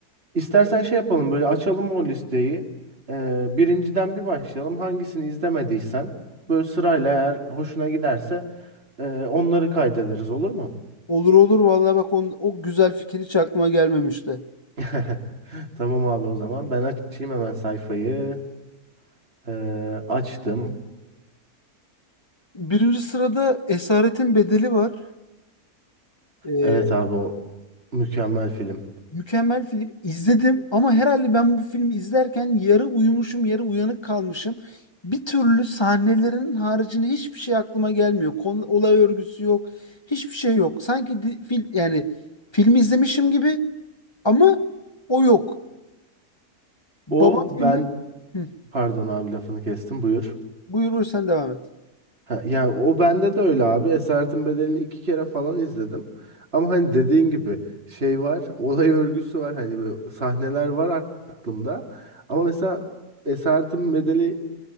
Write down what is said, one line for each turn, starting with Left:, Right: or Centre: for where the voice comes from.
Right: İstersen şey yapalım böyle açalım o listeyi. Ee, birinciden bir başlayalım. Hangisini izlemediysen böyle sırayla eğer hoşuna giderse e, onları kaydederiz olur mu?
Left: Olur olur vallahi bak on, o güzel fikir hiç aklıma gelmemişti.
Right: <laughs> Tamam abi o zaman ben açayım hemen sayfayı. Ee, açtım.
Left: Birinci sırada Esaretin Bedeli var. Ee,
Right: Evet abi o mükemmel film.
Left: mükemmel film. İzledim ama herhalde ben bu filmi izlerken yarı uyumuşum, yarı uyanık kalmışım. Bir türlü sahnelerin haricinde hiçbir şey aklıma gelmiyor. Konu, olay örgüsü yok. Hiçbir şey yok. Sanki di- fil, yani filmi izlemişim gibi ama o yok. Baba
Right: O ben
Left: filmi. Hı,
Right: pardon abi lafını kestim buyur.
Left: buyur buyur sen devam et.
Right: Ha, yani o bende de öyle abi. Esaretin Bedeli'ni iki kere falan izledim. Ama hani dediğin gibi şey var, olay örgüsü var. Hani böyle sahneler var aklımda. Ama mesela Esaretin Bedeli